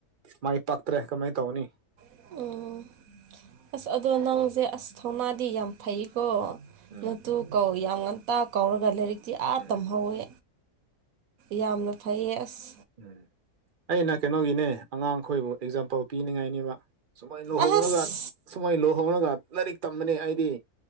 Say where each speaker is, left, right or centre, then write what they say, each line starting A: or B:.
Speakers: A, on the right (about 45°); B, on the right (about 65°).
A: ꯃꯥꯏ ꯄꯥꯛꯇ꯭ꯔꯦ ꯀꯃꯥꯏ ꯇꯧꯅꯤ
B: ꯑꯣ ꯑꯁ ꯑꯗꯣ ꯅꯪꯖꯦ ꯑꯁ ꯊꯧꯅꯥꯗꯤ ꯌꯥꯝ ꯐꯩꯀꯣ
A: ꯎꯝ
B: ꯅꯇꯨ ꯀꯧ ꯌꯥꯝ ꯉꯝ ꯇꯥ ꯀꯧꯔꯒ ꯂꯥꯏꯔꯤꯛꯇꯤ ꯑꯥ
A: ꯎꯝ
B: ꯇꯝꯍꯧꯋꯦ ꯌꯥꯝꯅ ꯐꯩꯌꯦ ꯑꯁ
A: ꯎꯝ ꯑꯩꯅ ꯀꯩꯅꯣꯒꯤꯅꯦ ꯑꯉꯥꯡꯈꯣꯏꯕꯨ ꯑꯦꯛꯖꯥꯝꯄꯜ ꯄꯤꯅꯤꯡꯉꯥꯏꯅꯦꯕ ꯁꯨꯃꯩ ꯂꯨꯍꯣꯡꯔꯒ
B: ꯑꯁ
A: ꯁꯨꯃꯥꯏꯅ ꯂꯨꯍꯧꯔꯒ ꯂꯥꯏꯔꯤꯛ ꯇꯝꯕꯅꯤ ꯑꯩꯗꯤ